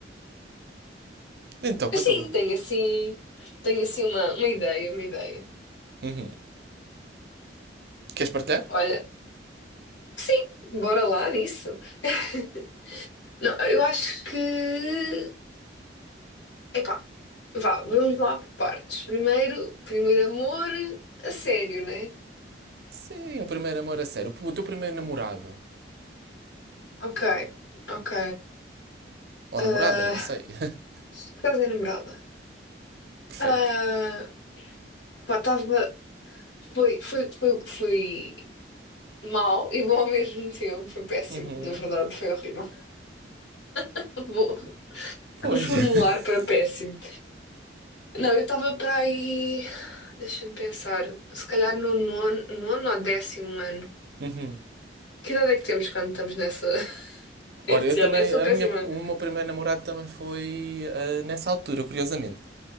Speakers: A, on the right; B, on the left.
A: Então, conta-me
B: Mas sim,
A: lá.
B: tenho assim, tenho assim uma, uma ideia, uma ideia.
A: Uhum. Queres partilhar?
B: Olha, sim, bora lá nisso. <laughs> Não, eu acho que. Epá, vá, vamos lá por partes. Primeiro, primeiro amor a sério, né?
A: Sim, o primeiro amor a sério. O teu primeiro namorado.
B: Ok, ok.
A: Ou
B: Ah,
A: namorada, não sei. <laughs>
B: por causa da namorada.
A: Perfeito.
B: Ah, pá, estava. Foi, foi, foi, foi mal e bom ao mesmo tempo. Foi péssimo,
A: Uhum.
B: na verdade, foi horrível. <laughs> Vou
A: Pois.
B: reformular
A: <laughs>
B: para péssimo. Não, eu estava para aí. Deixa-me pensar. Se calhar no nono, nono ou décimo ano.
A: Uhum.
B: Que idade é que temos quando estamos nessa.
A: Ora,
B: Este
A: eu também,
B: ano, eu sou
A: a
B: péssima.
A: minha, o meu primeiro namorado também foi ah, nessa altura, curiosamente.